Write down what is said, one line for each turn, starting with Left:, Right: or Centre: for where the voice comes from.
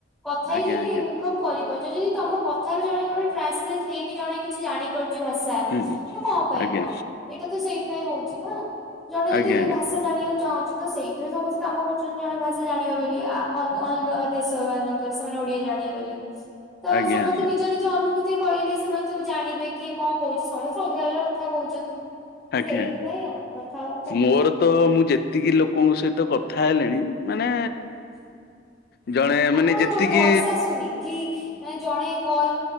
Centre: କଥା ହେଇଛଣି
Left: ଆଜ୍ଞା ଆଜ୍ଞା
Centre: କଁ କରିପାରୁଛ ଯଦି ତମ କଥା ରୁ ଜଣେ ଜଣେ ଟ୍ରାନ୍ସଲେଟ୍ ହେଇକି ଜଣେ କିଛି ଜାଣିପାରୁଛି ଭାଷା
Left: ହୁଁ ହୁଁ
Centre: ତ କଣ ପାଇଁ
Left: ଆଜ୍ଞା
Centre: ନୁହଁ
Left: ଆଜ୍ଞା
Centre: ଏଇଟା ତ ସେଇଥି ପାଇଁ ହଉଛି ନା ଜଣେ ଯଦି
Left: ଆଜ୍ଞା
Centre: ଭାଷା ଜାଣିବାକୁ ଚାହୁଁଛି ତ ସେଇଥିରେ ସମସ୍ତେ କାମ କରୁଛନ୍ତି ଜଣେ ଭାଷା ଜାଣିବ ବୋଲି ଆ ଅ ଅଲଗା ଦେଶ ମାନଙ୍କରେ ସେମାନେ ଓଡିଆ ଜାଣିବେ ବୋଲି ତ
Left: ଆଜ୍ଞା
Centre: ସମସ୍ତେ
Left: ଆଜ୍ଞା
Centre: ନିଜ ନିଜ ଅନୁଭୂତି କହିଲେ ସେମାନେ ସବୁ ଜାଣିବେ କିଏ କଣ କହୁଛି ସମସ୍ତେ ଅଲଗା ଅଲା କଥା କହୁଛନ୍ତି
Left: ଆଜ୍ଞା
Centre: ସେଇଥିପାଇଁ
Left: ଆଜ୍ଞା
Centre: ଆଉ କଥାବାର୍ତ୍ତା
Left: ମୋର ତ ମୁଁ ଯେତିକି ଲୋକଙ୍କ ସହିତ କଥା ହେଲିଣି ମାନେ ଜଣେ
Centre: ଆପଣଙ୍କ
Left: ମାନେ ଯେତିକି
Centre: କଣ ଭରସା ଆସୁନି କି ମାନେ ଜଣେ କଲ୍